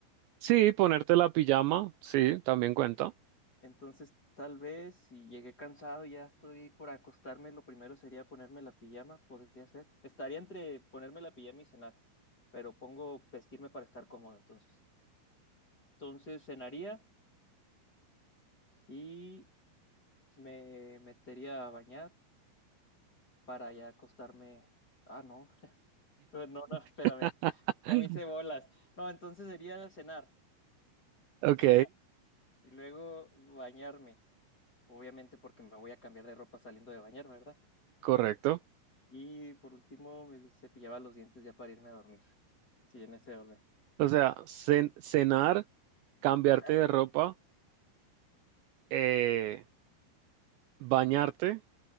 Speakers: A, on the right; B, on the left.
A: Sí, ponerte la pijama, sí, también cuenta.
B: Entonces, tal vez si llegué cansado y ya estoy por acostarme, lo primero sería ponerme la pijama, podría ser. Estaría entre ponerme la pijama y cenar, pero pongo vestirme para estar cómodo entonces. Entonces, cenaría y me metería a bañar para ya acostarme. Ah, no, <laughs> no, no, espérame,
A: <laughs>
B: ya me hice bolas. No, entonces sería cenar,
A: Ok,
B: cenar y luego bañarme, obviamente porque me voy a cambiar de ropa saliendo de bañar, ¿verdad?
A: correcto.
B: Y por último, me cepillaba los dientes ya para irme a dormir. Sí, en ese orden.
A: O sea, cen- cenar, cambiarte
B: Ajá,
A: de ropa, eh, bañarte